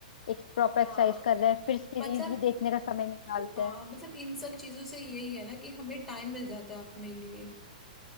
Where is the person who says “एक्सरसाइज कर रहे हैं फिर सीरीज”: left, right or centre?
Left